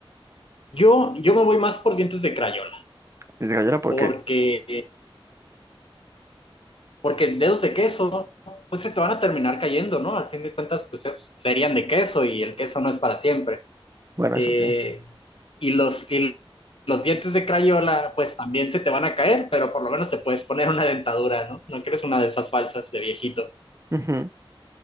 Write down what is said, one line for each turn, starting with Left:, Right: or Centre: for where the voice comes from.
Left: Yo, yo me voy más por dientes de crayola
Right: ¿Dientes de carayola? ¿Por
Left: porque
Right: qué?
Left: Porque dedos de queso, pues se te van a terminar cayendo, ¿no? Al fin de cuentas, pues es- serían de queso y el queso no es para siempre.
Right: Bueno,
Left: Eh,
Right: eso sí.
Left: y los, y los dientes de Crayola, pues también se te van a caer, pero por lo menos te puedes poner una dentadura, ¿no? No quieres una de esas falsas de viejito.
Right: Ujú.